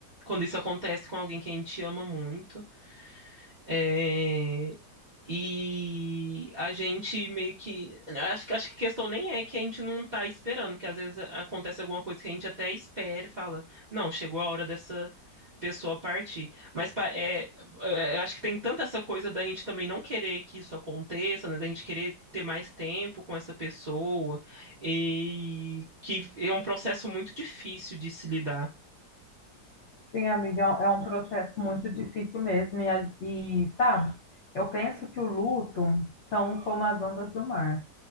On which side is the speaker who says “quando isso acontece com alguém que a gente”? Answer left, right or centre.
Right